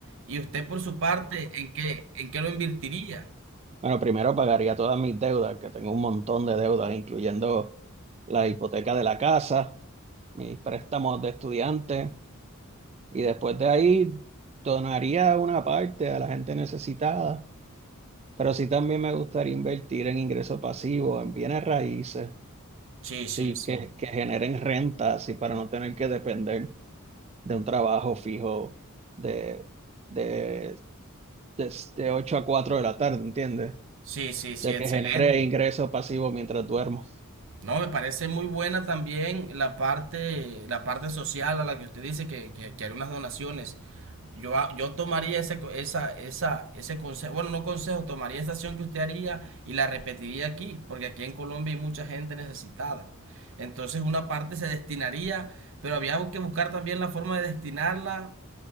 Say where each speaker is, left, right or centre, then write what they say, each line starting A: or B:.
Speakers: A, on the right; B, on the right.
A: ¿Y usted por su parte, en qué, en qué lo invertiría?
B: Bueno, primero pagaría todas mis deudas, que tengo un montón de deudas, incluyendo la hipoteca de la casa, mis préstamos de estudiante Y después de ahí donaría una parte a la gente necesitada, pero sí también me gustaría invertir en ingresos pasivos, en bienes raíces,
A: Sí,
B: sí,
A: sí, sí.
B: que, que generen renta, así para no tener que depender de un trabajo fijo de, de, de, de 8 a 4 de la tarde, ¿entiendes?
A: Sí, sí, sí,
B: De
A: excelente.
B: que genere ingresos pasivos mientras duermo.
A: No, me parece muy buena también la parte, la parte social a la que usted dice que, que, que haré unas donaciones. yo, ah, yo tomaría ese, co- esa, esa, ese consejo, bueno, no consejo, tomaría esa acción que usted haría y la repetiría aquí, porque aquí en Colombia hay mucha gente necesitada. Entonces una parte se destinaría, pero había que buscar también la forma de destinarla